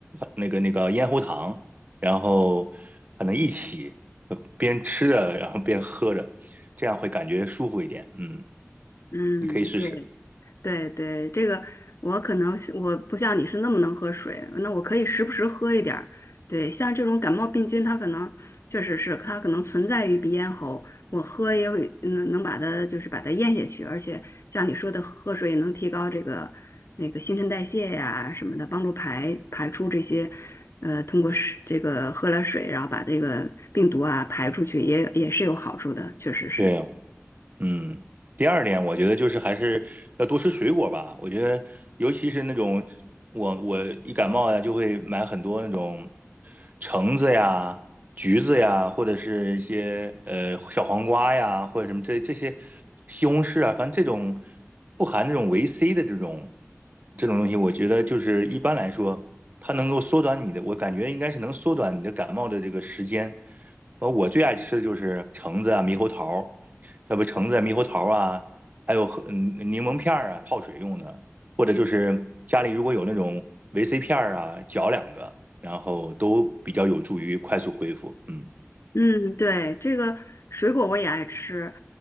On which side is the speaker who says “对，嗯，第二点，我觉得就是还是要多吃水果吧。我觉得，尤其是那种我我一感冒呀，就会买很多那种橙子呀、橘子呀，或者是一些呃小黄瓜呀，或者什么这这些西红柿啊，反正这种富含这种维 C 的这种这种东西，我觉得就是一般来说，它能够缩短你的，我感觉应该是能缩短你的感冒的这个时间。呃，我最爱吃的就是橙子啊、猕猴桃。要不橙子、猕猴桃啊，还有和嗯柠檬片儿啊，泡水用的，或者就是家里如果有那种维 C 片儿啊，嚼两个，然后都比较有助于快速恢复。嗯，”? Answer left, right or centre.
Right